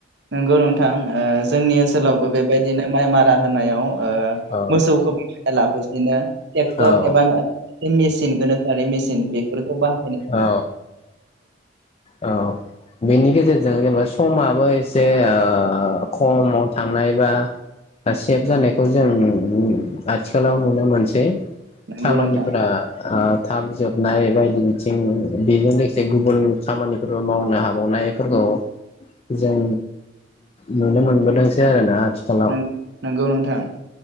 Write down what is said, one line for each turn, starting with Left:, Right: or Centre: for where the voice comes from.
Right: नंगौ नोंथां ओ जोंनि ओनसोलावबो बेबायदिनो माइ मारा होनायाव ओ
Left: औ
Right: मोसौखौ लाफुसिनो ट्रेक्टर
Left: औ
Right: एबा बे मेसिन गोनोखोआरि मेसिन बेफोरखौबा
Left: औ औ बेनि गेजेरजों जेनेबा सु समाबो एसे ओ खमाव थांनाय बा सेभ जानायखौ जों आथिखालाव नुनो मोनसै
Right: नंगौ
Left: खामानिफोरा
Right: नोंथां।
Left: ओ थाब जोब नाय बायदिनि थिं बेजों लोगोसे गुबुन खामानिफोरबो मावनो हाबावनायफोरखौ जों नुनो मोनबोदोंसो आरोना आथिखालाव
Right: नों नंगौ नोंथां